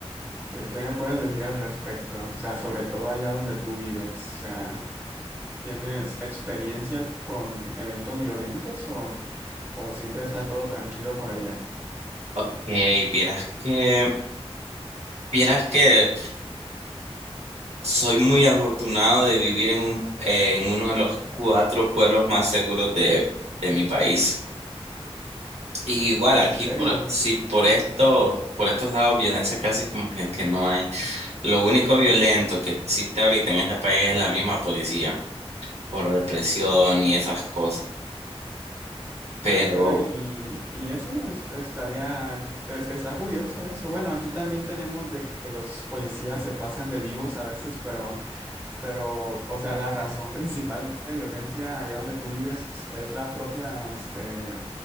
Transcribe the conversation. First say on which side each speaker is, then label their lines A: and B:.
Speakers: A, on the right; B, on the right.
A: ¿qué, qué me puedes decir al respecto? O sea, sobre todo allá donde tú vives, o sea, ¿tienes experiencia con eventos violentos o... ¿O siempre está todo tranquilo por allá?
B: Ok, vieras que, vieras que soy muy afortunado de vivir en un, en uno de los cuatro pueblos más seguros de, de mi país. Y igual aquí,
A: ¿En serio?
B: por, sí, por esto, por estos lados, violencia casi como que, que no hay. Lo único violento que existe ahorita en este país es la misma policía, por represión y esas cosas. Pero
A: Ah, caray, y, y eso es- estaría, es- está curioso eso. Bueno, aquí también tenemos de que los policías se pasan de vivos a veces, pero, pero, o sea, la razón principal de violencia allá donde tú vives es la propia, este,